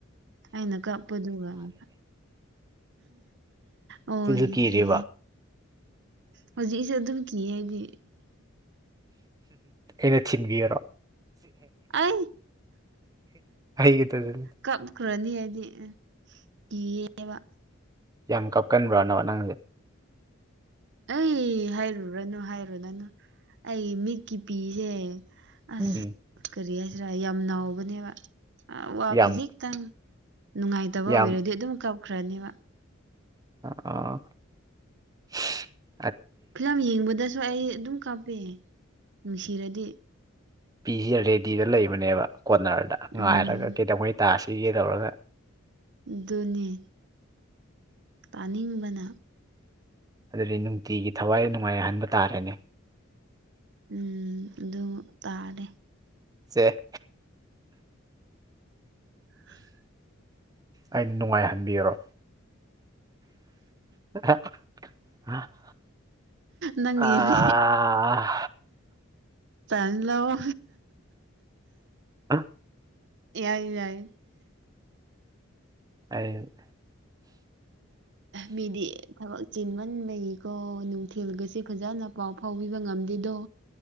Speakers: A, on the right; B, on the right.
A: ꯑꯏꯅ ꯀꯄꯗꯨꯒꯃꯒ ꯑꯣꯒꯤ
B: ꯁꯤꯁꯨ ꯀꯤꯔꯤꯕ
A: ꯍꯧꯖꯤꯛ ꯑꯩꯁꯦ ꯑꯗꯨꯝ ꯀꯤꯌꯦ ꯍꯥꯏꯗꯤ
B: ꯏꯅ ꯆꯤꯟꯕꯤꯔꯣ
A: ꯑꯩ
B: ꯑꯩꯒꯤꯗꯨꯁꯨ
A: ꯀꯞꯈ꯭ꯔꯅꯤ ꯑꯩꯏꯗꯤ ꯀꯌꯦꯕꯥ
B: ꯌꯥꯝ ꯀꯞꯀꯟꯕ꯭ꯔꯥꯅ ꯅꯪꯁꯦ
A: ꯑꯩ ꯍꯥꯏꯔꯨꯔꯅꯨ ꯍꯥꯏꯔꯨꯅꯅꯨ ꯑꯩ ꯃꯤꯠꯀꯤ ꯄꯤꯁꯦ ꯑꯁ
B: ꯎꯝ
A: ꯀꯔꯤ ꯍꯥꯏꯁꯤꯔꯥ ꯌꯥꯝ ꯅꯥꯥꯎꯕꯅꯦꯕ ꯋꯥ
B: ꯌꯥꯝ
A: ꯈꯖꯤꯛꯇꯪ ꯅꯨꯡꯉꯥꯏꯇꯕ
B: ꯌꯥꯝ
A: ꯑꯣꯏꯔꯗꯤ ꯑꯗꯨꯝ ꯀꯞꯈ꯭ꯔꯅꯦꯕ
B: ꯑ <unintelligible>
A: ꯐꯤꯂꯝ ꯌꯦꯡꯕꯗꯁꯨ ꯑꯩ ꯑꯗꯨꯝ ꯀꯥꯞꯄ ꯅꯨꯡꯁꯤꯔꯗꯤ
B: ꯄꯤꯁꯤ ꯔꯦꯗꯤꯗ ꯂꯩꯕꯅꯦꯕ ꯀꯣꯔꯅꯔꯗ ꯉꯥꯏꯔꯒ
A: ꯎꯝ
B: ꯀꯩꯗꯧꯉꯩ ꯇꯥꯔꯁꯤ ꯆꯒꯦ ꯇꯧꯔꯒ
A: ꯗꯣꯅꯦ ꯄꯅꯤꯕꯅꯥ
B: ꯑꯗꯨꯗꯤ ꯅꯨꯡꯇꯤꯒꯤ ꯊꯋꯥꯏ ꯅꯨꯡꯉꯥꯏꯍꯟꯕ ꯇꯥꯔꯦꯅꯦ
A: ꯎꯝ ꯑꯗꯨ ꯇꯥꯔꯦ
B: ꯁꯦ
A: <unintelligible>
B: ꯑꯩꯅ ꯅꯨꯡꯉꯥꯏꯍꯟꯕꯤꯔꯣ ꯑ <inaudible>
A: ꯅꯪꯒꯤꯅꯦ
B: ꯑꯥ
A: ꯇꯅꯤ ꯂꯑꯣ
B: ꯑ
A: ꯌꯥꯏ ꯌꯥꯏ
B: ꯑ <inaudible>
A: ꯃꯦꯗꯤ ꯊ ꯆꯤꯟꯃꯟꯕꯒꯤꯀꯣ ꯅꯨꯡꯊꯤꯜꯒꯁꯦ ꯐꯖꯅ ꯄꯥꯎ ꯐꯥꯎꯕꯤꯕ ꯉꯝꯗꯦꯗꯣ